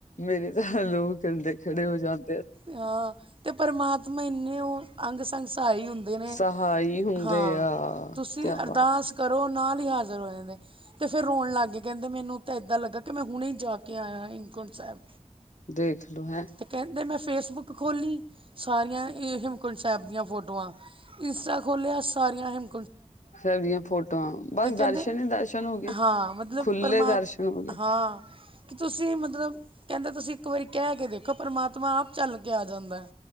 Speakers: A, on the left; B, on the right.
A: ਮੇਰੇ ਤਾਂ, ਲੋ ਕਂਡੇ ਖੜੇ ਹੋ ਜਾਂਣ
B: ਹਾਂ ਤੇ, ਪਰਮਾਤਮਾ ਇੰਨੇ ਔ, ਅੰਗ-ਸੰਗ ਸਹਾਈ ਹੁੰਦੇ ਜਿਵੇ
A: ਸਹਾਈ ਹੁੰਦੇ
B: ਹਾਂ,
A: ਆ
B: ਤੁਸੀਂ
A: ਕਿਆ
B: ਅਰਦਾਸ
A: ਬਾਤ ਆ,
B: ਕਰੋ ਨਾਲ ਹੀ, ਹਾਜ਼ਰ ਹੋ ਜਾਂਦੇ ਤੇ ਫੇਰ ਰੋਣ ਲੱਗ ਗੀ ਕਹਿਦੀ, ਮੈਨੂੰ ਤਾਂ ਇੱਦਾਂ ਲੱਗਾ, ਕਿ ਮੈਂ ਹੁਣੇ ਈ ਜਾ ਕੇ, ਆਇਆ ਹੇਮਕੁਂਟ ਸਾਹਿਬ
A: ਦੇਖ ਲੋ ਹੈ
B: ਤੇ ਕਹਿਦੇ, ਮੈਂ ਫੇਸਬੁੱਕ ਖੋਲ੍ਹੀ, ਸਾਰੀਆਂ ਹੇਮਕੁੰਟ ਸਹਿਬ ਦੀਆਂ ਫੋਟੋਆਂ ਇਂਸਟਾ ਖੋਲ੍ਹਿਆ, ਸਾਰੀਆਂ ਹੇਮ
A: ਸੈਬ ਦੀਆਂ ਫੋਟੋਆਂ, ਬਸ
B: ਕਹਿੰਦੇ
A: ਦਰਸ਼ਨ ਈ ਦਰਸ਼ਨ ਹੋ ਗੇ,
B: ਹਾਂ ਮਤਲਬ
A: ਖੁੱਲੇ
B: ਪਰਮਾ
A: ਦਰਸ਼ਨ ਬਿਲਕੁਲ ਜੀ
B: ਹਾਂ ਕਿ ਤੁਸੀਂ ਮਤਲਬ, ਕੈੱਦੇ ਤੁਸੀਂ ਕੋਈ ਕਹਿ ਦੇ ਵੇ ਕੇ ਦੇਖੋ, ਪਰਮਾਤਮਾ ਆਪ, ਚੱਲ ਕੇ ਆ ਜਾਂਦਾ ਐ